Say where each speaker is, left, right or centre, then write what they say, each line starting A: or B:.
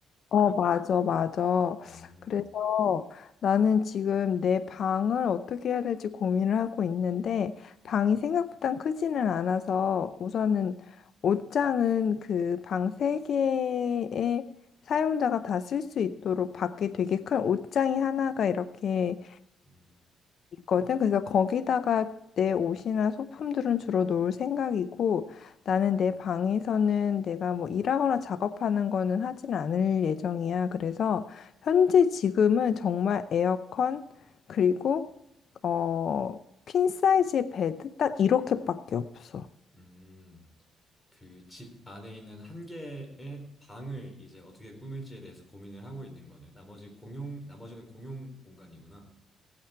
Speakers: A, on the left; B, on the left.
A: 어, 맞아, 맞아.
B: 음,
A: 그래서 나는 지금 내 방을 어떻게 해야 될지 고민을 하고 있는데, 방이 생각보다 크지는 않아서 우선은 옷장은 그 방 세개의 사용자가 다 쓸 수 있도록 밖에 되게 큰 옷장이 하나가 이렇게
B: 음,
A: 있거든. 그래서 거기다가 내 옷이나 소품들은 주로 놓을 생각이고 나는 내 방에서는 내가 뭐 일하거나 작업하는 거는 하진 않을 예정이야. 그래서 현재 지금은 정말 에어컨 그리고 어, 퀸 사이즈의 베드 딱 이렇게밖에 없어.
B: 음, 그 집 안에 있는 한 개의 방을 이제 어떻게 꾸밀지에 대해서 고민을 하고 있는 거네. 나머지 공용, 나머지는 공용 공간이구나.